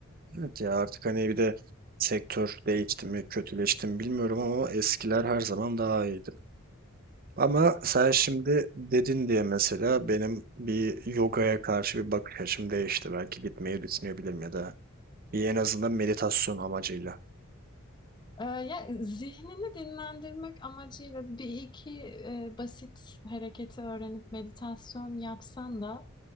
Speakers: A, on the right; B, on the left.
A: Evet ya artık hani bir de sektör değişti mi kötüleşti mi bilmiyorum ama eskiler her zaman daha iyiydi. Ama sen şimdi dedin diye mesela benim bir yogaya karşı bir bakış açım değişti. Belki gitmeyi düşünebilirim ya da bir en azından meditasyon amacıyla.
B: Ee, ya zihnini dinlendirmek amacıyla bir iki e, basit hareketi öğrenip meditasyon yapsan da